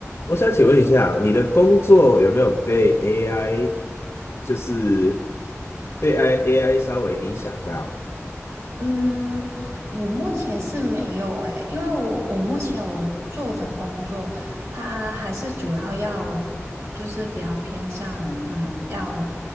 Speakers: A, on the left (about 60°); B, on the right (about 65°).
A: 我想请问一下，你的工作有没有被 AI，就是被 AI AI 稍微影响到？
B: 嗯，我目前是没有诶，因为我我目前我做的工作，它还是主要要就是比较偏向嗯，要